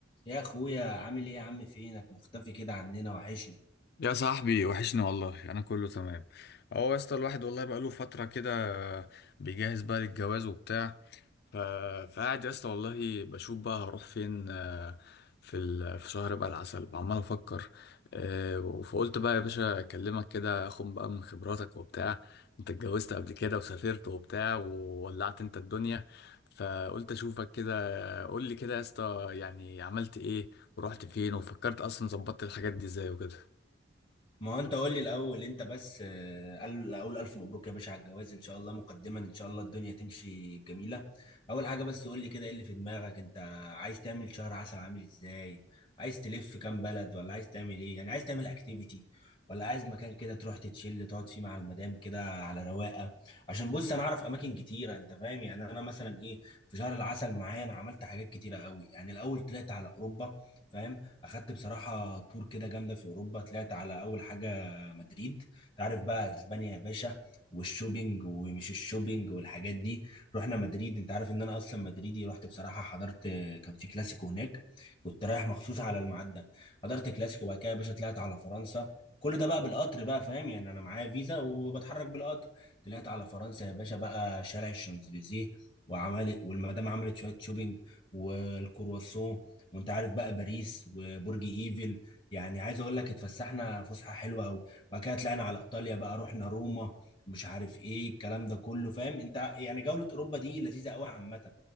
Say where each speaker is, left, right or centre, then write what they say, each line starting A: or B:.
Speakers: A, on the left (about 25°); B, on the left (about 55°).
A: يا اخويا عامل ايه يا عم فينك مختفي كده عننا وحشني
B: يا صاحبي وحشني والله انا كله تمام اهو يا اسطى الواحد والله بقاله فتره كده بيجهز بقى للجواز وبتاع ف... فقاعد يا اسطى والله بشوف بقى هروح فين آه، في ال... في شهر بقى العسل وعمال افكر آه، فقلت بقى يا باشا اكلمك كده اخد بقى من خبراتك وبتاع انت اتجوزت قبل كده وسافرت وبتاع وولعت انت الدنيا فقلت اشوفك كده قول لي كده يا اسطى يعني عملت ايه ورحت فين وفكرت اصلا ظبطت الحاجات دي ازاي وكده
A: ما هو انت قول لي الاول انت بس آه، قال- اقول الف مبروك يا باشا على الجواز ان شاء الله مقدما ان شاء الله الدنيا تمشي جميله اول حاجه بس قول لي كده ايه اللي في دماغك انت عايز تعمل شهر عسل عامل ازاي عايز تلف كام بلد ولا عايز تعمل ايه يعني عايز تعمل اكتيفيتي ولا عايز مكان كده تروح تتشيل تقعد فيه مع المدام كده على رواقه عشان بص انا اعرف اماكن كتيره انت فاهم يعني انا مثلا ايه في شهر العسل معايا انا عملت حاجات كتيره قوي يعني الاول طلعت على اوروبا فاهم اخدت بصراحه تور كده جامده في اوروبا طلعت على اول حاجه مدريد تعرف بقى اسبانيا يا باشا والشوبينج ومش الشوبينج والحاجات دي رحنا مدريد انت عارف ان انا اصلا مدريدي رحت بصراحه حضرت كان في كلاسيكو هناك كنت رايح مخصوص على الميعاد ده حضرت كلاسيكو وبعد كده يا باشا طلعت على فرنسا كل ده بقى بالقطر بقى فاهم يعني انا معايا فيزا وبتحرك بالقطر طلعت على فرنسا يا باشا بقى شارع الشانزليزيه وعملت والمدام عملت شويه شوبينج والكرواسون وانت عارف بقى باريس وبرج ايفل يعني عايز اقول لك اتفسحنا فسحه حلوه قوي بعد كده طلعنا على ايطاليا بقى رحنا روما مش عارف ايه الكلام ده كله فاهم انت ع- يعني جوله اوروبا دي لذيذه قوي عامه